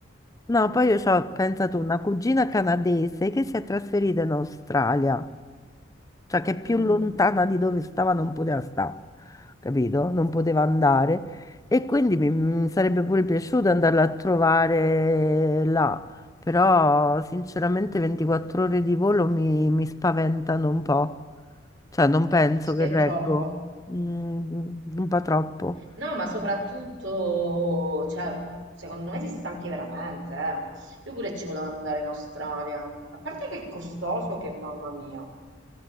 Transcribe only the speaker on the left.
No, poi io ho, pensato, una cugina canadese che si è trasferita in Australia. cioè che più
lontana di dove stava non poteva stare, capito? Non poteva andare. E quindi mi, mi sarebbe pure piaciuto andarla a trovare là, però sinceramente 24 ore di volo mi, mi spaventano un po', cioè non penso
che
reggo,
Mm, un po' troppo.